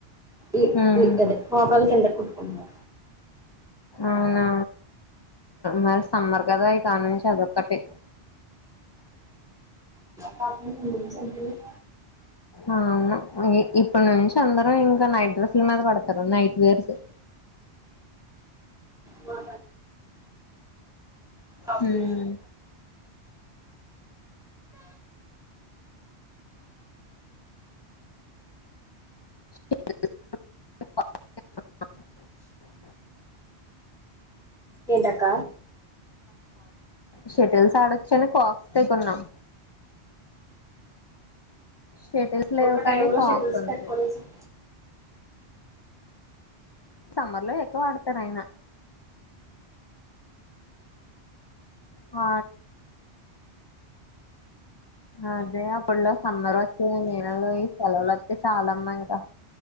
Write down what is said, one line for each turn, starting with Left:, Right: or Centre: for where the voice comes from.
Centre: ఈ
Left: ఉమ్
Centre: ఈ అదే మోకాలు కిందకు కుట్ వున్నా
Left: అవునా మరి స సమ్మర్ కదా ఈ కాలం నుంచి అది ఒక్కటి
Centre: కాపు ముడి చెతు <inaudible>
Left: అవును ఇప్పటి నుంచి అందరూ ఇంకా నైట్ డ్రెస్సుల మీద పడతారు నైట్ వేర్స్
Centre: మా <inaudible> ఆ
Left: హ్మ్
Centre: చే
Left: <inaudible>
Centre: ఏంటాక్క
Left: షటిల్స్ ఆడొచ్చని కాక్స్ తే కొన్నాం షటిల్స్ లేవు
Centre: ఒక టైమ్
Left: కానీ
Centre: లో
Left: కిక్ంది
Centre: షటిల్స్ పెట్టుకోనేసాం
Left: సమ్మర్ లో ఎక్కువ ఆడతార ఆయన ఆ అదే అప్పుట్లో సమ్మర్ వచ్చే నేనలు ఈ సెలవులు వస్తే చాలమ్మా ఇంకా